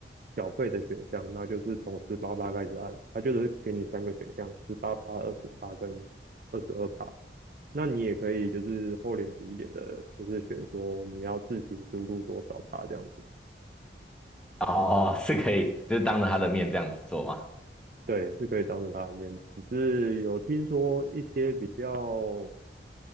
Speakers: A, on the right; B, in the centre.
A: 小费的选项，那就是从十八趴开始按，它就是给你三个选项，十八趴、二十趴跟二十二趴。那你也可以就是厚脸皮一点的，就是选说你要自行输入多少趴这样子，
B: 哦，<laughs> 是可以，就是当着他的面这样子做吗？
A: 对，是可以当着他的面。只是有听说一些比较